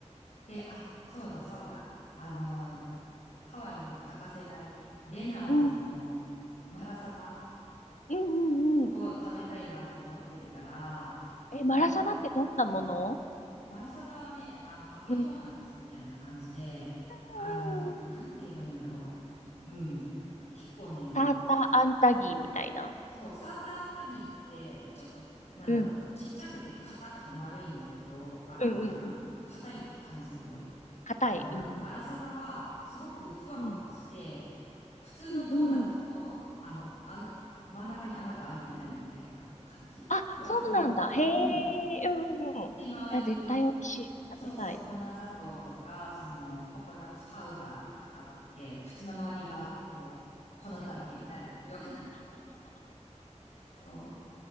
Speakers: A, on the left; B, on the left.
A: で、あ、そうだ、そうだ。あの、ハワイには欠かせない、レナーズの
B: うん、うん、
A: マラサダ
B: うん、うん。
A: を食べたいなって思ってるから、
B: え、マラサダってどんなもの
A: まあ、マラ、マラサダはね、あの、揚げドーナツみたいな感じで、
B: うん。うん。
A: あの、なんて言えばいいんだろう。うん。結構ね、
B: ターターアンタギーみたいな。
A: そう、サーターアンダギーって、ちょっと、なんだろう、
B: うん。
A: ちっちゃくて硬くて丸いんだけど、あ、
B: うん、うん、
A: てか、
B: うん。
A: うん、硬い感じだけど、
B: 硬い。
A: あの、ま、
B: うん。
A: マラサダは、すごくふわふわして、
B: うん。
A: 普通のドーナツの、
B: うん、うん。
A: あの、あの、真ん中に穴が開いてないみたいな感じふわふわの。
B: あ、そうなんだ。へ
A: うん。
B: え、うん、うん。
A: で、周りに、
B: 絶対おいしい。
A: そうそう、
B: 食べたい。
A: 粉砂糖とか、その、ココナッツパウダーがかかってて、口の周りが、こう、粉だらけになるような、そう、